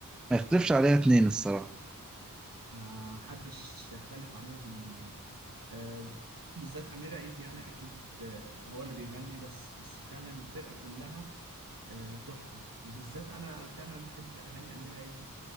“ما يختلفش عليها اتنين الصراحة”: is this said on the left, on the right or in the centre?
Centre